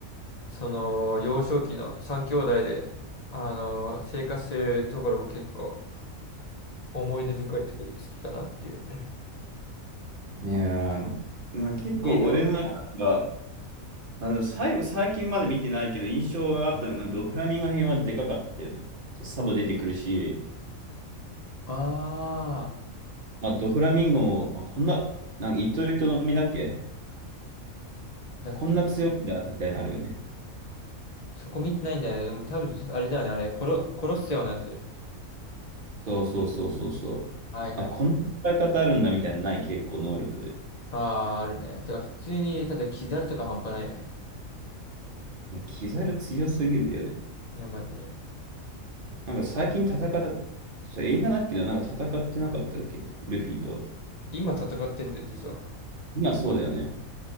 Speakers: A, on the left; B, on the right.
A: その、幼少期の三兄弟で、あの、生活するところも結構思い出深いとか好きかなっていう。
B: ん。いやー、な結構俺の中では、
A: 家では、
B: あの、最後、最近まで見てないけど、印象があったのは、ドフラミンゴ編はでかかったよね。サボ出てくるし、
A: あ
B: まあ、ドフラミンゴも、あ、こんな、なんか、糸糸の実だっけ
A: ー、だっけ。
B: こんな強いんだ、みたいなのあるよね。
A: そこ見てないんだよね。でも多分、あれだよね。あれ、殺、殺すようなやつ。
B: そうそうそうそうそう。
A: はいはい。
B: あ、こんな使い方あるんだ、みたいなのない、結構能力で。
A: あー、あるね。てか、普通に、ただ、キザルとか半端ないよね。
B: いや、キザル強すぎるんだよね。
A: いや、マジで。
B: なんか最近戦った、それ映画だっけな、なんか戦ってなかったっけルフィと。
A: 今戦ってんだよ、実は。
B: 今そうだよね。